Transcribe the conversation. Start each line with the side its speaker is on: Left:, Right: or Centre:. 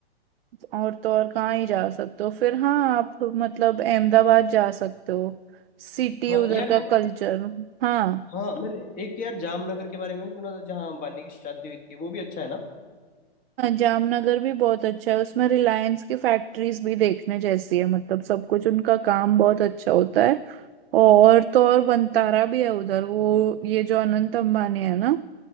Right: और तो और कहाँ ही जा सकते हो फिर हाँ आप मतलब अहमदाबाद जा सकते हो सिटी
Left: हाँ
Right: उधर
Left: यार
Right: का
Left: मैंने
Right: कल्चर हाँ
Left: हाँ मैंने एक यार जामनगर के बारे में भी सुना था जहाँ अंबानी की शादी हुई थी वो भी अच्छा है ना
Right: हाँ, जामनगर भी बहुत अच्छा है उसमें रिलायंस की फैक्ट्रीज भी देखने जैसी है मतलब सब कुछ उनका काम बहुत अच्छा होता है और तो और वंतारा भी है उधर वो ये जो अनंत अंबानी है ना